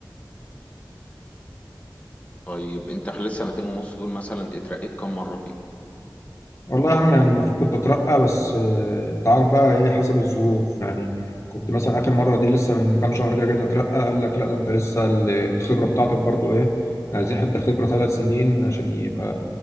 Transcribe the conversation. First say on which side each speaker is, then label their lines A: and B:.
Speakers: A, on the left; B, on the left.
A: طيب انت خلال السنتين ونص دول مثلا اترقيت كم مرة فيهم
B: والله يا عم يعني المفروض كنت اترقى بس آه، انت عارف بقى ايه حسب الظروف يعني كنت مثلا اخر مره دي لسه من كام شهر كده جيت اترقى قال لك لا ده انت لسه ال- الخبره بتاعتك برضو ايه يعني عايزين حد خبره ثلاث سنين عشان يبقى